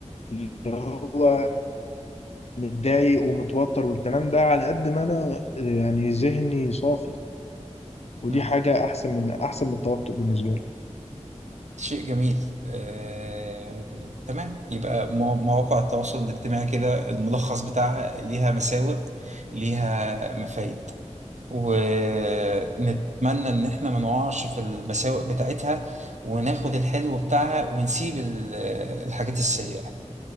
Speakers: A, on the left; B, on the right.
A: اللي هو متضايق ومتوتر والكلام ده على قد ما أنا يعني ذهني صافي ودي
B: مم.
A: حاجة أحسن من أحسن من التوتر بالنسبة لي
B: شيء جميل آه، تمام يبقى مو- مواقع التواصل الاجتماعي كده الملخص بتاعها ليها مساوئ ليها مفايد ونتمنى ان احنا ما نقعش في المساوئ بتاعتها وناخد الحلو بتاعها ونسيب ال- الحاجات السيئة